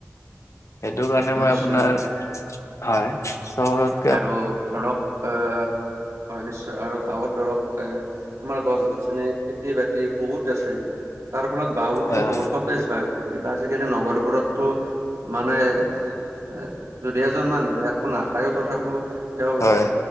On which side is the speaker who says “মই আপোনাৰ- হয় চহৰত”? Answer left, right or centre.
Left